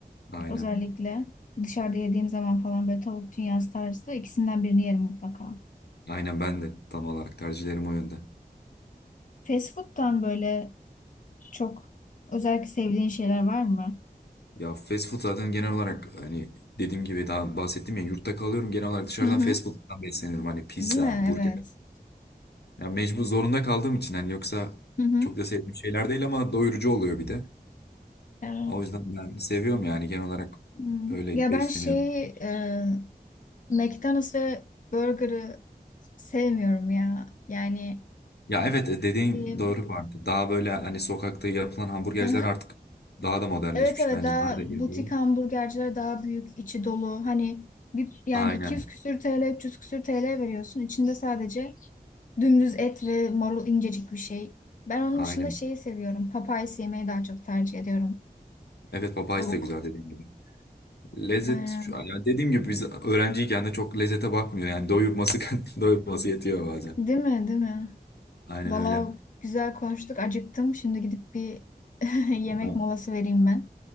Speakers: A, on the left; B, on the left.
A: Aynen.
B: özellikle dışarıda yediğim zaman falan böyle tavuk dünyası tarzı ikisinden birini yerim mutlaka.
A: Aynen ben de tam olarak tercihlerim o yönde.
B: Fast food'tan böyle çok özellikle sevdiğin şeyler var mı?
A: Ya fast food zaten genel olarak hani dediğim gibi daha bahsettim ya yurtta kalıyorum genel olarak dışarıdan
B: Hı hı.
A: fast food'dan besleniyorum hani pizza,
B: Değil mi?
A: burger.
B: Evet.
A: Ya mecbur zorunda kaldığım için hani yoksa
B: Hı hı.
A: çok da sevdiğim şeyler değil ama doyurucu oluyor bir de.
B: Evet.
A: O yüzden ben seviyorum yani genel olarak
B: Hmm.
A: öyle
B: Ya
A: besleniyorum.
B: ben şeyi e, McDonald's ve Burger'ı sevmiyorum ya. Yani
A: Ya evet e, dediğin
B: diyeyim.
A: doğru vardı. Daha böyle hani sokakta yapılan hamburgerciler
B: Hı hı.
A: artık daha da modernleşmiş
B: Evet evet
A: bence
B: daha
A: daha da yapıyor.
B: butik hamburgerciler daha büyük, içi dolu. Hani bir yani
A: Aynen.
B: 200 küsür TL, 300 küsür TL veriyorsun. İçinde sadece dümdüz et ve marul incecik bir şey. Ben onun
A: Aynen.
B: dışında şeyi seviyorum. Papayas yemeyi daha çok tercih ediyorum.
A: Evet Popeyes
B: Tavuk.
A: de güzel dediğin gibi. Lezzet
B: Aynen.
A: şu an yani dediğim gibi biz öğrenciyken de çok lezzete bakmıyor yani doyurması <laughs> doyurması yetiyor bazen.
B: Değil mi? Değil mi?
A: Aynen
B: Valla
A: öyle.
B: güzel konuştuk. Acıktım. Şimdi gidip bir <laughs> yemek
A: Ben,
B: molası vereyim ben.